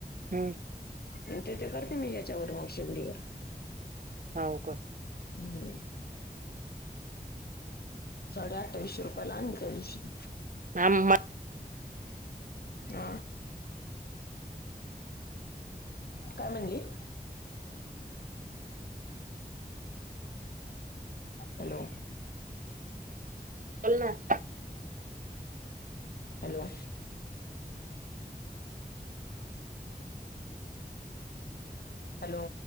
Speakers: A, on the right; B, on the left.
A: ह
B: तंते करते मी ह्याच्यावर मग शेगडीवर
A: हाऊ का
B: हम्म साडे अठ्ठावीसशे रुपये ला आन त्या दिवशी
A: हम्म
B: आ काय म्हणली?. हॅलो
A: बोलना
B: हॅलो हॅलो